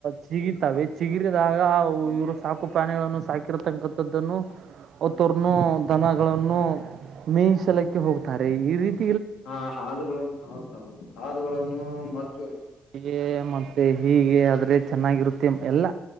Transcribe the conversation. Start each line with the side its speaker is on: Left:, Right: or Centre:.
Right: ಸಿಗಿತಾವೆ ಚಿಗಿರದ ದಾಗ ಅವ್ ಇವ್ರು ಪ್ರಾಣಿಗಳನ್ನು ಸಾಕಿರತಕ್ಕಥದ್ದನ್ನು <unintelligible> ದನ ಗಳನ್ನು ಮೇಯಿಸಲಿಕ್ಕೆ ಹೋಗ್ತಾರೆ ಈ ರೀತ್
Left: ಹಾ ಹಾಲುಗಳನ್ನು ಹೌದ್ ಹೌದ್ ಹಾಲುಗಳನ್ನು ಮತ್ತು
Right: ಹೀಗೆ ಮತ್ತೆ ಹೀಗೆ ಆದ್ರ್ ದ್ರೆ ಚೆನ್ನಾಗಿರುತ್ತೆ ಎಲ್ಲ